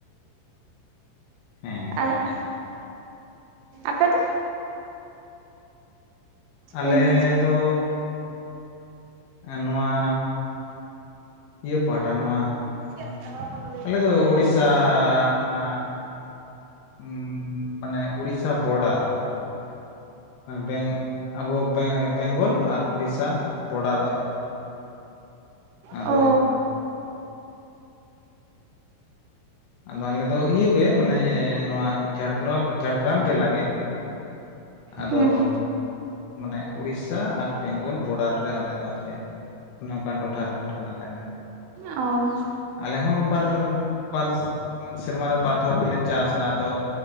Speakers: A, on the left; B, on the right.
A: ᱦᱮᱸ
B: <inaudible> ᱟᱯᱮ ᱫᱚ
A: ᱟᱞᱮᱻ
B: ᱵᱟᱹᱧ ᱟᱸᱡᱚᱢ
A: ᱫᱚᱻ ᱮᱸ ᱱᱚᱣᱟ ᱤᱭᱟᱹ ᱯᱟᱦᱴᱟ ᱱᱚᱣᱟ
B: <unintelligible>
A: ᱟᱞᱮ ᱫᱚ ᱩᱲᱤᱥᱥᱟᱻ ᱚᱱᱟ ᱩᱸᱻ ᱢᱟᱱᱮ ᱩᱲᱤᱥ ᱥᱟ ᱵᱚᱰᱟᱨ ᱵᱮᱝ ᱟᱵᱚ ᱵᱮ-ᱵᱮᱝᱜᱚᱞ ᱟᱨ ᱩᱲᱤᱥᱥᱟ ᱵᱚᱰᱟᱨ ᱟᱞᱮ ᱫᱚ ᱟᱫᱚ
B: ᱚ
A: ᱟᱫᱚ ᱟᱞᱮ ᱫᱚ ᱤᱭᱟᱹ ᱜᱮ ᱢᱟᱱᱮ ᱱᱚᱣᱟ ᱡᱷᱟᱲᱜᱨᱟᱢ ᱡᱷᱟᱲᱜᱨᱟᱢ ᱡᱮᱞᱟ ᱜᱮ ᱟᱫᱚ
B: ᱦᱩᱸ
A: ᱢᱟᱱᱮ ᱩᱲᱤᱥᱥᱟ ᱟᱨ ᱵᱮᱝᱜᱚᱞ ᱵᱚᱰᱟᱨ ᱨᱮ ᱟᱞᱮ ᱫᱚ ᱟᱨ ᱪᱮᱫ ᱚᱱᱮ ᱚᱱᱠᱟᱱ ᱴᱚᱴᱷᱟ ᱨᱮᱱ ᱠᱟᱱᱟ ᱞᱮ ᱟᱞᱮ ᱫᱚ
B: ᱚᱻ
A: ᱟᱞᱮ ᱦᱚᱸ ᱵᱟᱨ ᱵᱟᱨ ᱥᱮᱨᱢᱟ ᱨᱮ ᱵᱟᱨ ᱫᱷᱟᱣ ᱜᱮᱞᱮ ᱪᱟᱥᱟ ᱟᱫᱚ